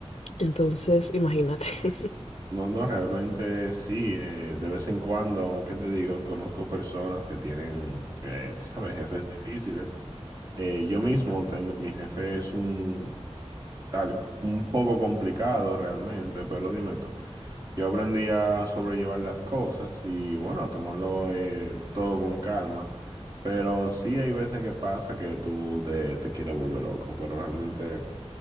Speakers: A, on the left; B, on the right.
A: Entonces, imagínate. <laughs>
B: No, no, realmente sí, eh, de vez en cuando, ¿qué te digo? Conozco personas que tienen, eh, tú sabes, jefes difíciles. Eh, yo mismo tengo, mi jefe es un al- un poco complicado realmente, pero dime tú. Yo aprendí a sobrellevar las cosas y bueno, a tomarlo eh, todo con calma, pero sí hay veces que pasa que tú te, te quieres volver loco, pero realmente